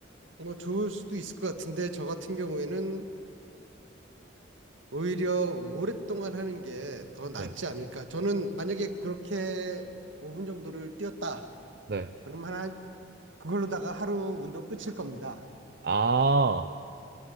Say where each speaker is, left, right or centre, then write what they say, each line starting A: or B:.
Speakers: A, on the right; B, on the right.
A: 뭐 좋을 수도 있을 것 같은데, 저 같은 경우에는 오히려 오랫동안 하는 게 더 낫지
B: 네,
A: 않을까. 저는 만약에 그렇게 5분 정도를 뛰었다.
B: 네.
A: 그럼 하나, 그걸로다가 하루 운동 끝일 겁니다.
B: 아,